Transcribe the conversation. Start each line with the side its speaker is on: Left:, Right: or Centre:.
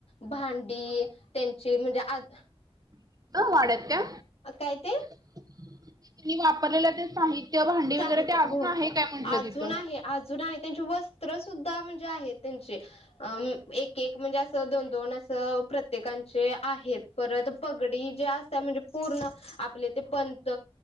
Left: भांडी त्यांची म्हणजे आज
Right: तिथं वाड्यात त्या
Left: काय ते?
Right: त्यांनी वापरलेलं ते साहित्य, भांडी
Left: साहित्य
Right: वगैरे ते अजून
Left: हो.
Right: आहे काय म्हंटलं
Left: अजून
Right: तिथं?
Left: आहे अजून आहे. त्यांचे वस्त्र सुुद्धा म्हणजे आहेत त्यांचे अ एक एक म्हणजे असं दोन दोन असं प्रत्येकांचे आहेत. परत पगडी जे असत म्हणजे पूर्ण आपले ते पंत